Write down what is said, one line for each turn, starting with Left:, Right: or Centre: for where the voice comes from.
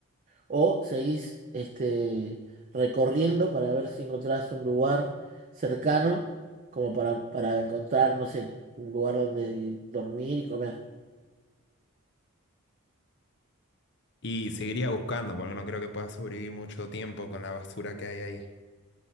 Right: o seguís este, recorriendo para ver si encontrás un lugar cercano como para, para encontrar, no sé, un lugar donde dormir y comer.
Left: Y seguiría buscando, porque no creo que pueda sobrevivir mucho tiempo con la basura que hay ahí.